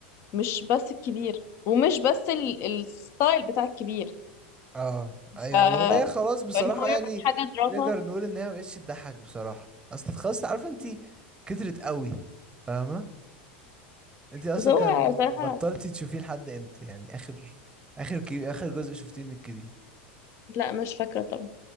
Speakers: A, on the left (about 50°); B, on the right (about 15°).
A: مش بس الكبير ومش بس ال- الستايل بتاع الكبير
B: اه ايوه
A: ف...
B: ولا هي خلاص بصراحة
A: فان هو يعمل
B: يعني
A: حاجة دراما
B: نقدر نقول ان هي مبقتش تضحك بصراحة اصل خلاص عارفة انتي كترت قوي فاهمة انتي اصلا
A: بس هو
B: كان
A: صراحة
B: بطلتي تشوفيه لحد امتى يعني اخر اخر كي... اخر جزء شفتيه من الكبير
A: لا مش فاكرة طبعا